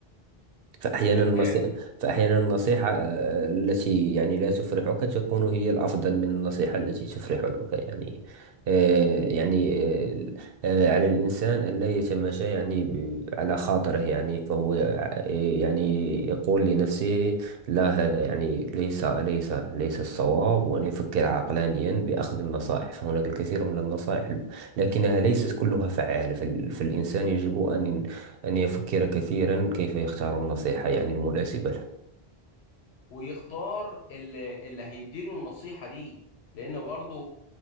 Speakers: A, on the right; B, on the left.
A: فأحيانا
B: آه،
A: النصيحة
B: فعلا
A: فأحيانا النصيحة آه، التي يعني لا تفرحك تكون هي الأفضل من النصيحة التي تفرحك يعني آه، يعني آه، آه، على الإنسان ألا يتماشى يعني ب- على خاطره يعني فهو يع- يعني يقول لنفسه لا هذا يعني ليس ليس ليس الصواب وأن يفكر عقلانيا بأخذ النصائح فهناك الكثير من النصائح لكنها ليست كلها فعالة فال- فالإنسان يجب أن أن يفكر كثيرا كيف يختار النصيحة يعني المناسبة له
B: ويختار اللي, اللي هيديله النصيحة دي لأن برضو